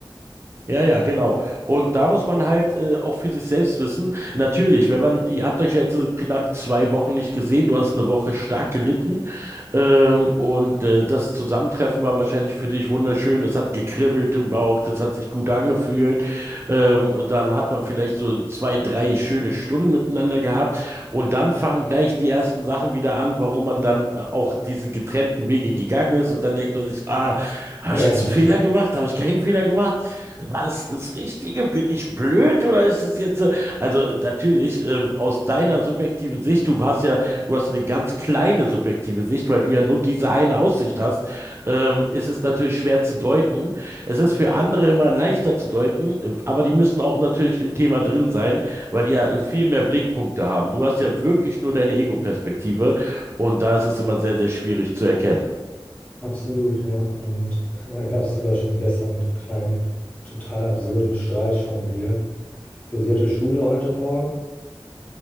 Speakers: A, on the right; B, on the left.
A: Ja, ja, genau. Und da muss man halt äh, auch für sich selbst wissen, natürlich, wenn man, ihr habt euch ja jetzt so knapp zwei Wochen nicht gesehen, du hast eine Woche stark gelitten ähm, und äh, das Zusammentreffen war wahrscheinlich für dich wunderschön, es hat gekribbelt im Bauch, das hat sich gut angefühlt, ähm, und dann hat man vielleicht so zwei, drei schöne Stunden miteinander gehabt und dann fangen gleich die ersten Sachen wieder an, warum man dann äh, auch diese getrennten Wege gegangen ist und dann denkt man sich, ah, habe
B: Ja,
A: ich jetzt
B: <laughs> ja,
A: einen Fehler gemacht, habe ich keinen Fehler gemacht? War das das Richtige? Bin ich blöd oder ist es jetzt, äh, also äh, natürlich, ähm, aus deiner subjektiven Sicht, du hast ja, du hast eine ganz kleine subjektive Sicht, weil du ja nur diese eine Aussicht hast, ähm, ist es natürlich schwer zu deuten. Es ist für andere immer leichter zu deuten, äh, aber die müssen auch natürlich im Thema drin sein, weil die ja viel mehr Blickpunkte haben. Du hast ja wirklich nur deine Ego-Perspektive und da ist es immer sehr, sehr schwierig zu erkennen.
B: absolut, ja. Und da gab es sogar schon gestern einen kleinen, total absurden Streit schon wieder. So, sie hatte Schule heute Morgen,